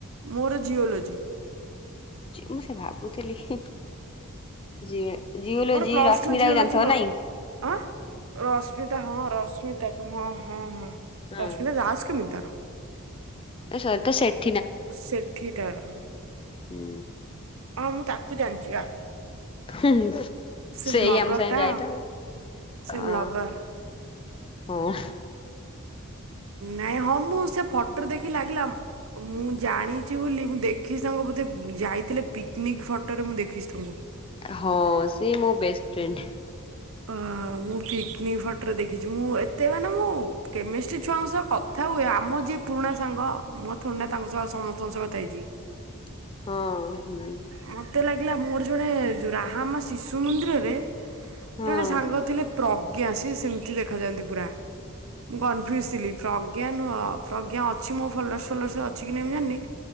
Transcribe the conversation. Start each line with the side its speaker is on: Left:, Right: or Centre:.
Right: ମୋର ଜିଓଲୋଜି।
Left: ମୁଁ ସେ ଭାବୁଥିଲି ହିଁ। ଯି ଜିଓଲୋଜି
Right: ମୋର ପ୍ଲସ
Left: ରଶ୍ମିତାକୁ
Right: ଟୁ ଜିଓଲୋଜି
Left: ଜାଣିଥିବ
Right: ନ
Left: ନାଇଁ?
Right: ଆଁ ରଶ୍ମିତା ହଁ ରଶ୍ମିତାକୁ ହଁ-ହଁ-ହଁ
Left: ହଁ
Right: ରଶ୍ମିତା ଦାସ୍ କେମିତି ତାର?
Left: <unintelligible>
Right: ସେଠି ତାର।
Left: ହୁଁ।
Right: ହଁ ମୁଁ ତାକୁ ଜାଣିଚି ବା।
Left: ହୁଁ-ହୁଁ
Right: ସେ
Left: ସେଇ
Right: ବ୍ଲଗର
Left: ଆମ ସାଙ୍ଗେରେ
Right: ଟା
Left: ଯାଏ ତ
Right: ସେ
Left: ଆଉ ଅ।
Right: ବ୍ଲଗର
Left: ହଁ।
Right: ନାଇଁ ହଁ ମୁଁ ସେ ଫଟୋରେ ଦେଖି ଲାଗିଲା ମୁଁ ଜାଣିଛି ବୋଲି ମୁଁ ଦେଖିଛି ତାଙ୍କୁ ବୋଧେ ଯାଇଥିଲେ ପିକ୍ନିକ୍ ଫଟୋରେ ମୁଁ ଦେଖିଛି ତାଙ୍କୁ।
Left: ହଁ ସିଏ ମୋ ବେଷ୍ଟ ଫ୍ରେଣ୍ଡ।
Right: ଅ ମୁଁ ପିକ୍ନିକ୍ ଫଟୋରେ ଦେଖିଛି, ମୁଁ ଏତେ ମାନେ ମୁଁ କେମେଷ୍ଟ୍ରି ଛୁଆଙ୍କ ସହ କଥା ହୁଏ ଆମ ଯିଏ ପୁରୁଣା ସାଙ୍ଗ, ମୁଁ ଥୋଡି ନା ତାଙ୍କ ସହ ସମସ୍ତଙ୍କ ସହ କଥା ହେଇଚି।
Left: ହ ହଁ-ହୁଁ।
Right: ମତେ ଲାଗିଲା ମୋର ଜଣେ ରାହାମ ଶିଶୁ ମନ୍ଦିରରେ
Left: ହଁ
Right: ଜଣେ ସାଙ୍ଗ ଥିଲେ ପ୍ରଜ୍ଞା ସିଏ ସେମ୍ତି ଦେଖାଯାଆନ୍ତି ପୁରା। ମୁଁ କନଫ୍ୟୁଜ ଥିଲି ପ୍ରଜ୍ଞା ନୁହଁ ପ୍ରଜ୍ଞା ଅଛି ମୋ ଭଲର ଫଲସ ଅଛି କି ନାଇଁ ମୁଁ ଜାଣିନି